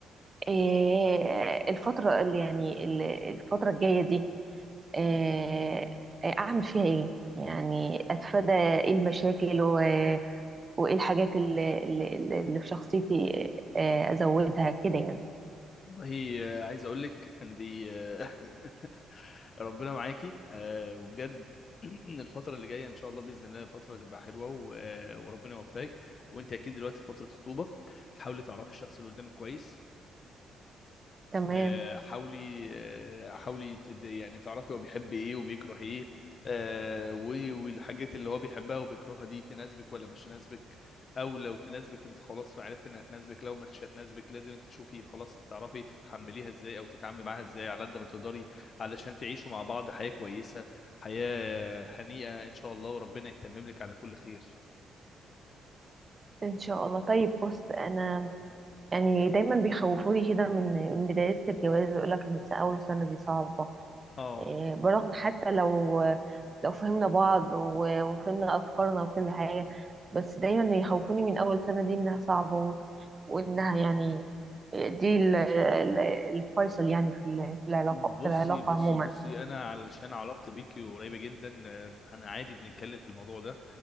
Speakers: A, on the right; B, on the left.
A: إيه الفترة اللي يعني ال- الفترة الجاية دي إيه إيه، أعمل فيها إيه؟ يعني أتفادى إيه المشاكل و... وإيه الحاجات اللي, اللي اللي في شخصيتي إيه، إيه، أزودها كده يعني
B: والله آه، عايز اقول لك عندي آه، <laughs> ربنا معاكي آه، وبجد <clears throat> الفتره اللي جايه ان شاء الله باذن الله فتره تبقى حلوه و- آه، وربنا يوفقك وانت اكيد دلوقتي في فتره خطوبه حاولي تعرفي الشخص اللي قدامك كويس
A: تمام
B: آه، حاولي آه، حاولي تد- يعني تعرفي هو بيحب ايه وبيكره ايه آه، و- والحاجات اللي هو بيحبها وبيكرهها دي تناسبك ولا مش تناسبك او لو تناسبك انت خلاص عرفت انها تناسبك لو مش هتناسبك لازم انت تشوفي خلاص هتعرفي تتحمليها ازاي او تتعاملي معاها ازاي على قد ما تقدري علشان تعيشوا مع بعض حياة كويسة حياة هنيئة ان شاء الله وربنا يتمم لك على كل خير
A: ان شاء الله طيب بص انا يعني دايما بيخوفوني كده من من بداية الجواز ويقول لك ان اول سنة دي صعبة
B: اه
A: إيه، برغم حتى لو لو فهمنا بعض و- وفهمنا افكارنا وكل حاجة بس دايما يخوفوني من اول سنة دي انها صعبة و- وانها يعني دي ال- ال- الفيصل يعني في ال- في العلاقة
B: بصي
A: في العلاقة
B: بصي
A: عموما
B: بصي انا علشان علاقتي بيكي قريبه جدا آه، فاحنا عادي بنتكلم في الموضوع ده